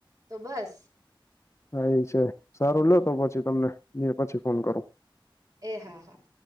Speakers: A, on the right; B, on the left.
A: તો બસ
B: હા એ છે, સારું લેતો પછી તમને પછી ફોન કરું.
A: એહા, હા.